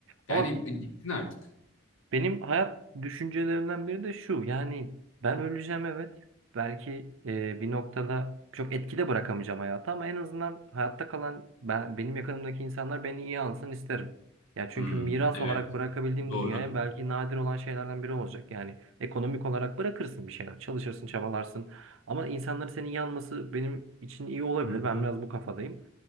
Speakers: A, on the right; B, on the left.
A: Ama
B: Yani gittin artık.
A: Benim hayat düşüncelerimden biri de şu. Yani ben öleceğim evet. Belki e, bir noktada çok etkide bırakamayacağım hayata ama en azından hayatta kalan ben, benim yakınımdaki insanlar beni iyi ansın isterim. Ya çünkü
B: Hmm,
A: miras
B: evet.
A: olarak bırakabildiğim
B: Doğru.
A: bu dünyaya belki nadir olan şeylerden biri olacak. Yani ekonomik olarak bırakırsın bir şeyler, çalışırsın, çabalarsın. Ama insanların senin yanması benim için iyi olabilir.
B: Hı hı.
A: Ben biraz bu kafadayım.